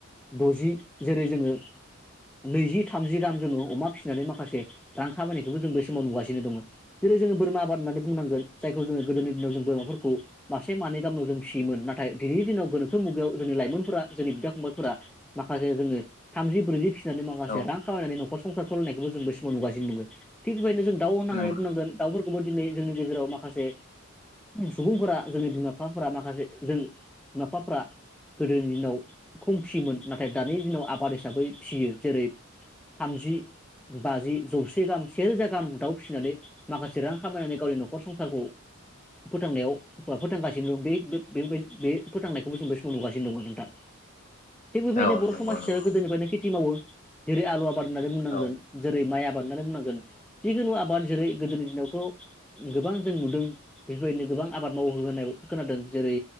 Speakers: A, in the centre; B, on the left.
A: दजि जेरै जोङो नैजि थामजि रां जोङो अमा फिसिनानै माखासे रां खामानिखौबो जों बे समाव नुासिनो दङ। औ। जेरै जोङो बोरमा आबाद होननानै बुंनांगोन जायखौ जोङो गोदोनि दिनाव जों बोरमाफोरखौ मासे मानै गामनाव जों फियोमोन नाथाय दिनैनि दिनाव गोनोखो मुगायाव जोंनि लाइमोनफोरा जोंनि बिदा फंबायफोरा माखासे जोङो थामजि ब्रैजि माखासे
B: औ
A: रां खामायनानै न खर संसार सलायनायखौ जों समाव नुगासि दङ थिग बेबायदिनो जों दाउ होननानै
B: नंगौ
A: बुंनांगोन। दाउफोरखौबो दिनै जोंनि गेजेराव माखासे सुबुंफोरा जोंनि बिमा बिफाफोरा माखासे जों बिमा बिफाफ्रा गोदोनि दिनाव खम फियोमोन नाथाय दानि दिनाव आबाद हिसाबै फिसियो जेरै थामजि बाजि जौसे गाहाम सेेरोजा गाहाम दाउ फिसिनानै माखासे रां खामायनानै गावनि नखर संसारखौ फोथांनायाव फोथांगासिनो दं बेबाय बे फोथांनायखौबो जों बे समाव नुगासिनो दंमोन नोंथां। थिगबोबायदिनो
B: औ
A: बर'
B: नंगौ
A: समाज हिसाबै
B: नंगौ
A: गोदोनिफ्रायनो खेथि मावो जेरै आलु होननानै बुंनांगोन
B: औ
A: जेरै माइ आ बानानै बुंनांगोन जिखुनु आबाद जेरै गोदोनि दिनावथ' गोबां जों नुदों बेफोरबायदिनो गोबां आबाद मावो होननाय खोनादों जेरै